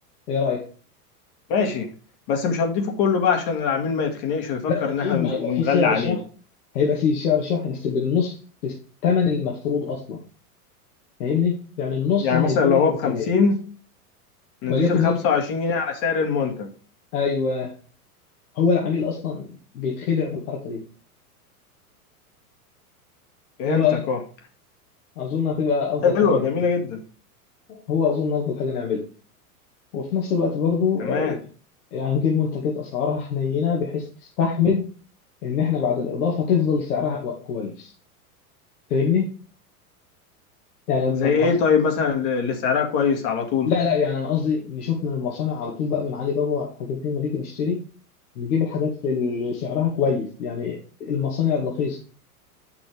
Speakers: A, on the left; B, on the left.
A: ايه رايك
B: ماشي بس مش هنضيفه كله بقى عشان العميل ما يتخنقش ويفكر
A: لا اكيد
B: ان احنا بنز-
A: ما هيبقى
B: بنغلي
A: في سعر
B: عليه
A: شحن هيبقى في سعر شحن بس بالنص الثمن المفروض اصلا فاهمني يعني النص
B: يعني
A: هنديه
B: مثلا لو هو
A: للمنتجات
B: بخمسين نضيف
A: وليكن
B: الخمسة
A: هو
B: وعشرين جنيه على سعر المنتج
A: ايوه هو العميل اصلا بيتخدع بالحركه دي
B: فهمتك
A: ايه رايك
B: اه
A: اظن هتبقى افضل
B: حلوة
A: حاجه نعملها
B: جميلة جدا
A: هو اظن افضل حاجه نعملها وفي نفس الوقت برضه
B: تمام
A: آه، يعني نجيب منتجات اسعارها حنينه بحيث تستحمل ان احنا بعد الاضافه تفضل سعرها و- كويس فاهمني يعني من
B: زي ايه
A: أف...
B: طيب مثلا اللي سعرها كويس على طول
A: لا لا يعني انا قصدي نشوف من المصانع على طول بقى من علي بابا الحاجات دي لما نيجي نشتري نجيب الحاجات اللي سعرها كويس يعني المصانع الرخيصه